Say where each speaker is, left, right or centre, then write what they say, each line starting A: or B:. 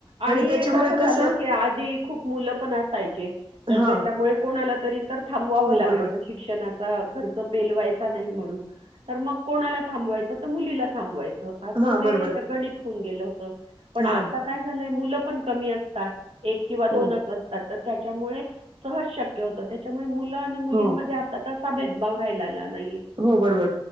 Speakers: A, on the right; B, on the right.
A: आणि
B: त्याच्यामुळे
A: कस
B: कसं
A: झालं की आधी खूप मुलं पण अस आहे कि, त्याच्यामुळे
B: हां.
A: कोणाला तरी थांबवाव
B: हो,
A: लागायच
B: बरोबर.
A: शिक्षणाचा खर्च पेलवायचा म्हणून, तर मग कोणाला थांबवायच तर मुलीला थांबवायच. असं
B: हां,
A: ते
B: बरोबर.
A: गणित होवून गेलं होत. पण
B: हां.
A: आता काय झालंय मुलं- पण कमी आसतात. एक किंवा दोनच
B: हो,
A: असतात. त्याच्यामुळे सहज शक्य होत त्याच्यामुळे मुली मुल आणि मुलींमध्ये
B: हो.
A: आ भेदभव राहिला ना,
B: हो, बरोबर.